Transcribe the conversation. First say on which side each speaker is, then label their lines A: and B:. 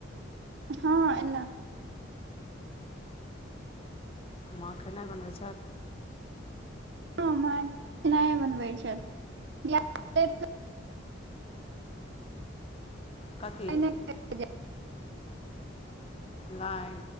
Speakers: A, on the right; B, on the left.
A: हँ एला
B: माँ खेनाइ बनबै
A: हं माना बनबै छथि लेट
B: काकी
A: कहि
B: लाइन